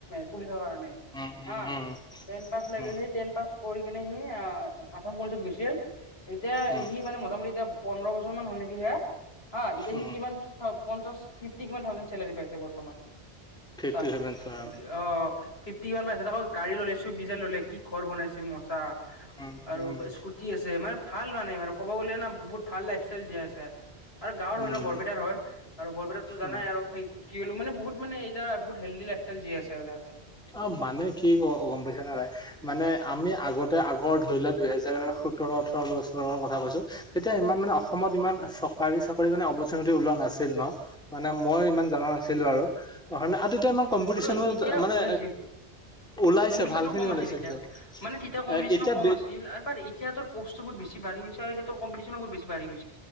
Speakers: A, on the left; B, in the centre.
A: পুলিচৰ কাৰণে।
B: উম উম
A: আহ
B: উম
A: টেন পাছ লাগে,
B: উম
A: সেই টেন পাছ কৰি কেনে সি আছাম পুলিচত গৈছিল এতিয়া
B: উম
A: সি মানে মোটামুটি এতিয়া পোন্ধৰ বছৰ মান হল নেকি সিয়াৰ অ এতিয়া
B: উম
A: সি কিমান পঞ্চাছ ফিফটি কিমান থাউজেন চেলাৰি পাই আছে বৰ্তমান।
B: ফিফটি
A: চা,
B: চেভেন চোৱা
A: অ'। ফিফটি কিমান পাই আছে তাকো গাড়ী ল'লে চুইফ ডিজায়াৰ ল'লে, কি ঘৰ বনাইছে মজা।
B: উম
A: আৰু
B: উম
A: স্কুটি আছে মানে ভাল মানে আৰ' ক'ব গ'লে না বহুত ভাল লাইফ ষ্টাইল জীয়াই আছে। আৰু গাঁৱৰ
B: উম
A: হয় ন বৰপেটাৰ হয় আৰু বৰপেটাত টো জানাই
B: উম
A: আৰ' কি হলো মানে বহুত মানে এতিয়া বহুত হেল্দি লাইফ ষ্টাইল জীয়াই আছে আৰু তাহাঁতে।
B: অ' মানে কি অ গম পাইছে না ভাই মানে আমি আগতে আগৰ ধৰি লোৱা দুহেজাৰ সোতৰ ওঠৰ বছৰৰ কথা কৈছো তেতিয়া ইমান মানে অসমত ইমান চকাৰী চাকৰি মানে অপৰচুনিটি ওলোৱা নাছিল ন মানে মই ইমান জানা নাছিলো আৰু। <unintelligible> আদিতে ইমান
A: উম
B: কম্পিটিচনো
A: কোনো এতিয়া
B: দ মানে
A: <inaudible>
B: ওলাইছে
A: কম্পিটিচনো
B: ভাল খিনি
A: কম
B: ওলাইছে
A: আছিল তেতিয়া
B: কিন্তু
A: মানে তেতিয়া কম্পিটিচনো
B: এ এতিয়া
A: কম আছিল আ‌ৰ পাৰ এতিয়াতোৰ প'ষ্টো বহুত বেছি বা বাঢ়ি গিছে আৰু এতিয়া তোৰ কম্পিটিচনো বহুত বেছি বাঢ়ি গৈছে।